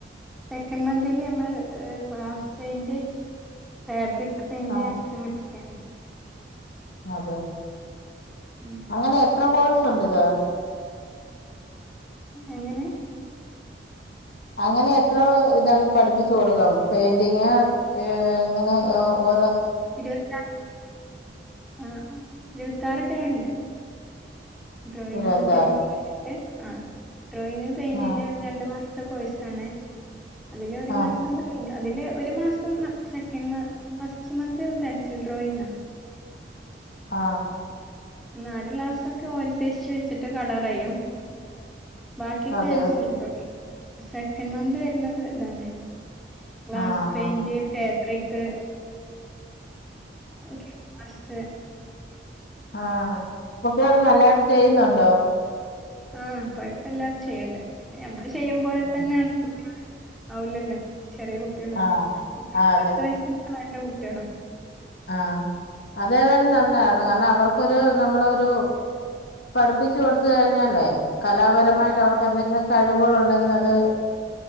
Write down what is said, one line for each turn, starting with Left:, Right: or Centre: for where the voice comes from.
Centre: സെക്കൻഡ് മന്ദിൽ നമ്മള് ക്ലാസ്സ് പെയിന്റെ ഫാബ്രിക് എന്റെ
Left: ആ
Centre: അങ്ങനെയൊക്കെയാണ്
Left: അതെ
Centre: ഉം
Left: അങ്ങനേ എത്ര കോഴ്സ് ഒണ്ട് ഇത്
Centre: ങ് എങ്ങനെ
Left: അങ്ങനെ എത്ര ഇതണ് പഠിപ്പിച്ചു കൊടുക്കും പെയിന്റിങ് ഏ ഇങ്ങനെ ഓ ഒ
Centre: ഇരുപത്താ ആ ഇരുപത്താറ് ഡേ ഇണ്ട് ഡ്രോയിങ്ങിന്
Left: ഇരുപത്താറ്
Centre: <unintelligible> വരട്ടെ ആ ഡ്രോയിങും പെയിന്റിങ്ങേന്നു
Left: ആഹ്
Centre: രണ്ട് മാസം ത്തെ കോഴ്സ് ആണ് അതിലെഒരു
Left: ആഹ്
Centre: മാസം കഴിഞ്ഞ് അതിലെ ഒരു മാസം മ സെക്കൻഡ് മാ മാസ് ച് മന്ത് പെൻസിൽ ഡ്രോയിങ്ങാ
Left: ആ
Centre: നാല് ഗ്ലാസ് ഒക്കെ ഓയിൽ പേസ്റ്റ് വെച്ചിട്ട് കളറെയ്യും ബാക്കി
Left: അതെയോ
Centre: പെൻസിൽ ഡ്രോയിങ് സെക്കൻ് മന്ത് വര്ണത് ഇതാണ് ഗ്ലാസ്
Left: ആഹ്
Centre: പെയിൻറ്
Left: ആഹ്
Centre: ഫാബ്രിക് കേ <unintelligible> മ് ഹ്
Left: ആ കുട്ടിയേള് നല്ലായിട്ട് ചെയ്യുന്നൊൺ ടോ
Centre: ആ കൊഴപ്പല്ലാതെ ചെയ്യ്ണ്ട് പിന്നെ ഞമ്മളെഷ്ടം ചെയ്യും പോലെ
Left: ഉം.
Centre: തന്നെ <unintelligible> ആവുല്ലല്ലോ ചെറിയ കുട്ടികളല്ലേ
Left: ആഹ്
Centre: ഒക്കെ
Left: ആഹ്
Centre: പത്ത് വയസ്സിൻ താഴെയുള്ള കു കുട്ട്യോളോ-
Left: ആ അതേതായാലും നന്നായ് കാരണം അവർക്കൊരു നമ്മളൊരു പഠ്പ്പിച്ചു കൊടുത്ത് കഴിഞ്ഞാലേ കലാപരമായിട്ട്
Centre: ഉം
Left: അവർക്ക് എന്തെങ്കിലും കഴിവുകളുണ്ടെ <unintelligible> ലത്